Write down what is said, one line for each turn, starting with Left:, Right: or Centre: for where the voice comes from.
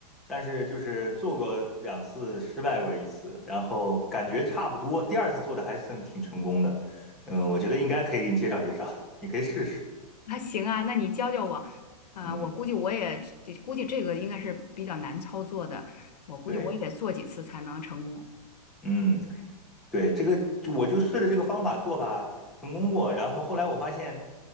Centre: 但是就是做过两次，失败过一次，然后感觉差不多，第二次做的还算挺成功的，嗯，我觉得应该可以给你介绍介绍，你可以试试，
Left: <laughs> 那行啊，那你教教我。啊、
Centre: 嗯，
Left: 我估计我也这估计这个应该是比较难操作的，我估计我也得做几次才能成功。
Centre: 对，嗯。对，这个就我就试着这个方法做吧，成功过。然后后来我发现，